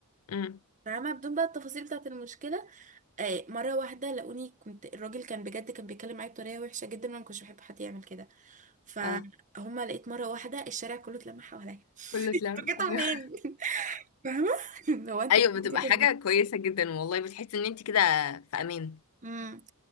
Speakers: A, on the left (about 70°); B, on the right (about 35°).
A: امم
B: فاهمة بدون بقى التفاصيل بتاعة المشكلة آه مرة واحدة لقوني كنت الراجل كان بجد كان بيتكلم معايا بطريقة وحشة جدا وانا ما كنتش بحب حد يعمل كده فهما
A: اه
B: لقيت مرة واحدة الشارع كله اتلم حواليا <laughs>
A: كله اتلم
B: انتوا جيتوا
A: <laughs> ايوه
B: منين؟ فاهمة <laughs> لو انتوا
A: ايوه
B: بتجيبوا
A: بتبقى حاجة كويسة جدا والله بتحسي ان انت كده في امان
B: امم